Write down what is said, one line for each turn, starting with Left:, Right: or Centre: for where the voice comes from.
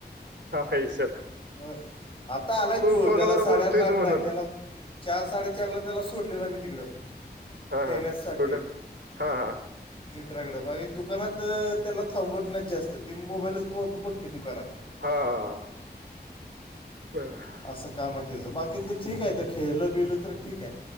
Right: हा हा सर.
Left: हो आता आलायच देऊ
Right: फोनवर
Left: त्याला साडेआठ
Right: बोलतोयस
Left: ला आणलाय
Right: म्हणून
Left: त्याला. चार साडेचार ला त्याला सोडलेलं मी तिकडं.
Right: हा
Left: खेळण्यासाठी.
Right: हा कुठं हा हा
Left: मित्राकडं मागे दुकानात त्याला थांबवत नाही जास्त तेी मोबाईलच ब बघते दुकानात
Right: हा. हमं.
Left: असं काम आहेयचं बाकी ते ठीक आहे तर खेळलं बिलं तर ठीक आहे.